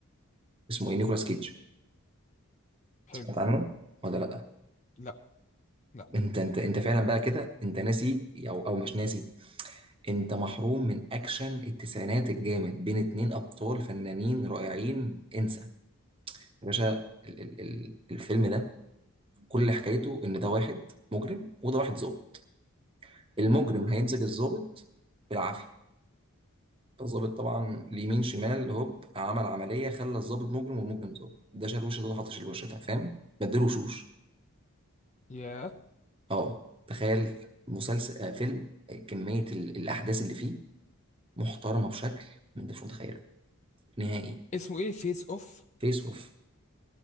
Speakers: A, on the right; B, on the left.
A: ايه نيكولاس كيدج
B: حلو
A: سمعت عنه ولا لا
B: لا لا
A: انت انت انت فعلا بقى كده انت ناسي او او مش ناسي انت محروم من اكشن التسعينات الجامد بين اتنين ابطال فنانين رائعين انسى يا باشا ال ال ال الفيلم ده كل حكايته ان ده واحد مجرم وده واحد ظابط المجرم هيمسك الظابط بالعافيه فالظابط طبعا اليمين شمال هوب عمل عمليه خلى الظابط مجرم والمجرم ظابط ده شال وش ده حاطش الوش ده فاهم بدله وشوش
B: يا
A: اه تخيل مسلسل آه فيلم آه، كميه ال الاحداث اللي فيه محترمه بشكل ما انتش متخيله نهائي
B: اسمه ايه فيس اوف
A: فيس اوف